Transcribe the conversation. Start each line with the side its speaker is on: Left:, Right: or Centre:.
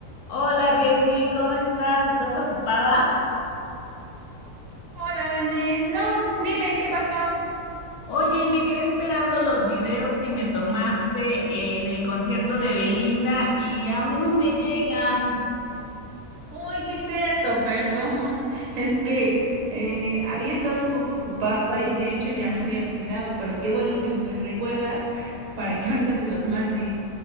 Left: Hola Jessy, ¿cómo estás? ¿Estás ocupada?
Right: Hola, Vané. No, dime, ¿qué pasó?
Left: Oye, me quedé esperando los videos que me tomaste en el concierto de Belinda y aún no me llegan.
Right: Uy, sí, cierto, perdón. Es que eh, había estado un poco ocupada y de hecho ya lo había olvidado, pero qué bueno que me recuerdas para que ahorita te los mande.